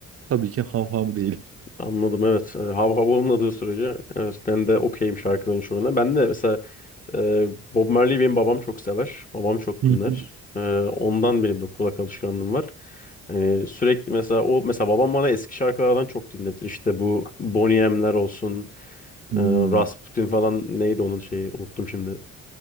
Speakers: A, on the right; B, on the left.
A: tabii ki hav hav değil.
B: Anladım evet. E, Hav Hav olmadığı sürece evet ben de okeyim şarkıların çoğuna. Ben de mesela e, Bob Marley benim babam çok sever. Babam çok
A: Hı
B: dinler.
A: hı. <laughs>
B: E, ondan benim de kulak alışkanlığım var. E, sürekli mesela o mesela babam bana eski şarkılardan çok dinletir. İşte bu Boney M'ler olsun.
A: Hmm,
B: E, Rasputin falan neydi onun şeyi unuttum şimdi.